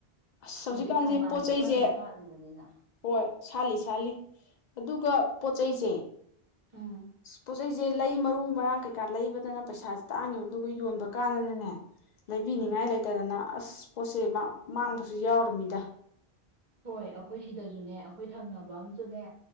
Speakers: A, on the left; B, on the right.
A: ꯑꯁ
B: ꯍꯧꯖꯤꯛ
A: ꯍꯧꯖꯤꯛꯀꯥꯟꯁꯦ
B: ꯊꯝꯕꯥꯜꯁꯨ
A: ꯄꯣꯠ ꯆꯩꯁꯦ
B: ꯀꯟꯅ ꯁꯥꯠꯂꯤꯕꯅꯤꯅ
A: ꯍꯣꯏ ꯁꯥꯠꯂꯤ ꯁꯥꯠꯂꯤ ꯑꯗꯨꯒ ꯄꯣꯠ ꯆꯩꯩꯁꯦ
B: ꯎꯝ
A: ꯄꯣꯠꯆꯩꯁꯦ ꯂꯩ ꯃꯔꯨ ꯃꯔꯥꯡ ꯀꯩꯀꯥ ꯂꯩꯕꯗꯅ ꯄꯩꯁꯥꯥꯁꯦ ꯇꯥꯡꯉꯦꯕ ꯑꯗꯨꯒ ꯌꯣꯟꯕ ꯀꯥꯟꯗꯅꯅꯦ ꯂꯩꯕꯤꯅꯤꯡꯉꯥꯏ
B: ꯎꯝ
A: ꯂꯩꯇꯗꯅ ꯑꯁ ꯄꯣꯠꯁꯦ ꯃꯥꯡꯕꯁꯨ ꯌꯥꯎꯔꯃꯤꯗ
B: ꯍꯣꯏ ꯑꯩꯈꯣꯏ ꯁꯤꯗꯁꯨꯅꯦ ꯑꯩꯈꯣꯏ ꯊꯪꯅꯕ ꯑꯃꯁꯝꯨꯅꯦ